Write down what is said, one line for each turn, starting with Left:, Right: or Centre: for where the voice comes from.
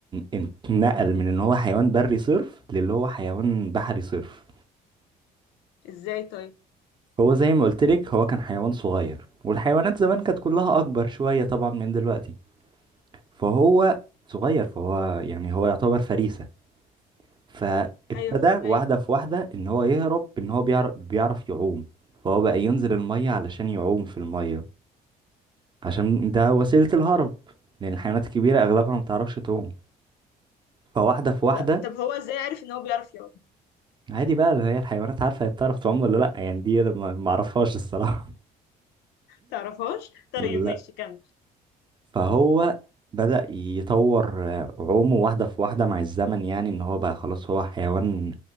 Right: ان- اتنقل من ان هو حيوان بري صرف للي هو حيوان بحري صرف
Left: ازاي طيب
Right: هو زي ما قلت لك هو كان حيوان صغير والحيوانات زمان كانت كلها اكبر شوية طبعا من دلوقتي فهو صغير فهو يعني هو يعتبر فريسة فابتدى
Left: ايوه فهماك
Right: واحدة في واحدة ان هو يهرب ان هو بيعرف بيعرف يعوم فهو بقى ينزل الميه علشان يعوم في الميه عشان ده وسيلة الهرب لان الحيوانات الكبيرة اغلبها ما بتعرفش تعوم فواحدة في واحدة
Left: بقى طب هو ازاي عارف ان هو بيعرف يعوم
Right: عادي بقى هي الحيوانات عارفة هي بتعرف تعوم ولا لأ يعني دي أنا ما ما أعرفهاش الصراحة
Left: تعرفهاش <laughs> طيب
Right: لا
Left: ماشي كمل
Right: فهو بدأ يطور آه، عومه واحدة في واحدة مع الزمن يعني إن هو بقى خلاص هو حيوان